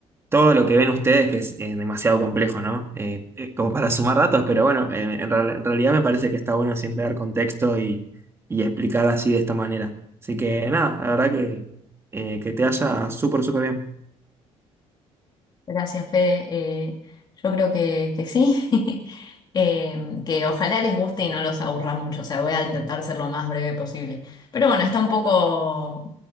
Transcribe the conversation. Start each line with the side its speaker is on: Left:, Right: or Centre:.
Right: todo lo que ven ustedes, que es eh, demasiado complejo, ¿no? Eh, eh, como para sumar datos, pero bueno, eh, en, real- en realidad me parece que está bueno siempre dar contexto y, y explicar así de esta manera. Así que nada, la verdad que, eh, que te haya súper, súper bien.
Left: Gracias, Fede. Eh, yo creo que, que sí, <laughs> Eh, que ojalá les guste y no los aburra mucho. O sea, voy a intentar ser lo más breve posible. Pero bueno, está un poco,